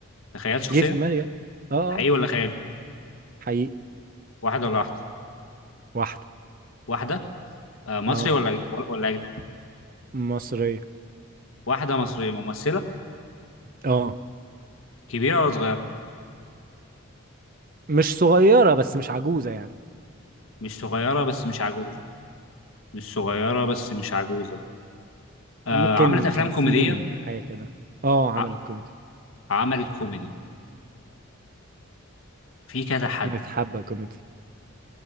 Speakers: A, on the left; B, on the right.
A: تخيلت شخصية
B: جه في دماغي يلا اه آه،
A: حقيقي ولا خيالي
B: حقيقي
A: واحدة ولا واحدة
B: واحده
A: واحدة آه، مصري
B: اه
A: ولا ولا أجنبي
B: مصريه
A: واحدة مصرية ممثلة
B: اه
A: كبيرة ولا صغيرة
B: مش صغيره بس مش عجوزه يعني
A: مش صغيرة بس مش عجوزة مش صغيرة بس مش عجوزة آه،
B: ممكن
A: عملت أفلام
B: خمسين
A: كوميدية
B: حاجه كده اه عملت
A: ع-
B: كوميدي
A: عملت كوميدي في كذا حد
B: متحبه كوميدي